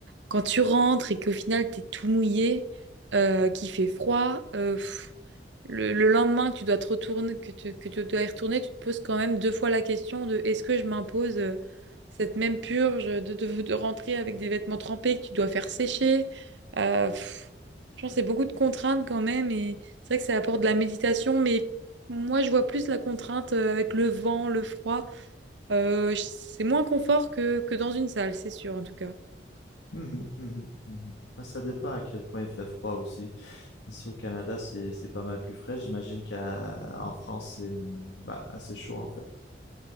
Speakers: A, on the right; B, on the left.
A: quand tu rentres et qu'au final, t'es tout mouillé, euh, qu'il fait froid, euh, pff, le, le lendemain que tu dois te retourner, que tu, que tu dois y retourner, tu te poses quand même deux fois la question de est-ce que je m'impose euh, cette même purge de, de, de rentrer avec des vêtements trempés que tu dois faire sécher. Euh, pff, je pense c'est beaucoup de contraintes quand même et c'est vrai que ça apporte de la méditation, mais moi je vois plus la contrainte euh, avec le vent, le froid. Euh, c'est moins confort que, que dans une salle, c'est sûr en tout cas.
B: Mhm, mhm, mhm. Ouais, Ça dépend à quel point il fait froid aussi. Ici au Canada, c'est c'est pas mal plus frais. J'imagine qu'en France, c'est mm, bah, assez chaud en fait.